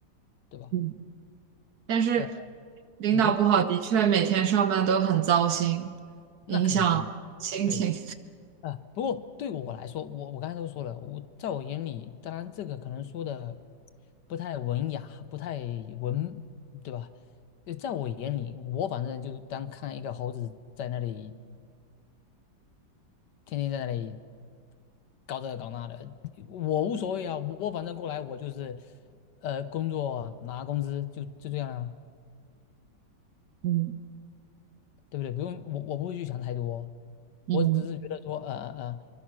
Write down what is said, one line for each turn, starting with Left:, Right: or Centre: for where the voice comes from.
Left: 对吧？
Right: 嗯，但是
Left: 呃，
Right: 领导不好，
Left: 你说
Right: 的确每天上班都很糟心，影响心情。
Left: 那肯定的，对啊，不过对我来说，我我刚才都说了，我在我眼里，当然这个可能说的不太文雅，不太文，对吧？呃在我眼里，我反正就是当看一个猴子在那里。天天在那里搞这个搞那的，我无所谓啊，我反正过来我就是，呃，工作拿工资就就这样啊，
Right: 嗯
Left: 对不对？不用我我不会去想太多，
Right: 嗯
Left: 我只是觉得说，呃呃呃，